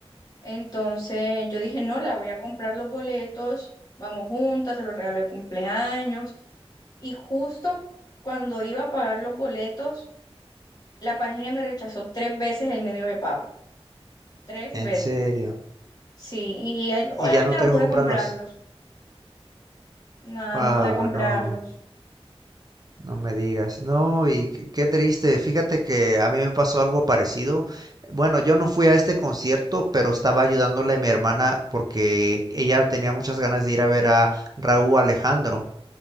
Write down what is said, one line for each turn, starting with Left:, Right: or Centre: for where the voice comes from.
Left: Entonces yo dije, no, la voy a comprar los boletos, vamos juntas, se los regalo de cumpleaños. Y justo cuando iba a pagar los boletos, la página me rechazó tres veces el medio de pago. Tres
Right: En
Left: veces.
Right: serio.
Left: Sí, y ahí- obviamente
Right: Y ya no
Left: no
Right: te dejo
Left: pude
Right: comprarlos.
Left: comprarlos. No,
Right: Wow,
Left: no pude comprarlos.
Right: no. No me digas, no, y qué qué triste, fíjate que a mí me pasó algo parecido. Bueno, yo no fui a este concierto, pero estaba ayudándole a mi hermana porque ella tenía muchas ganas de ir a ver a Raúl Alejandro.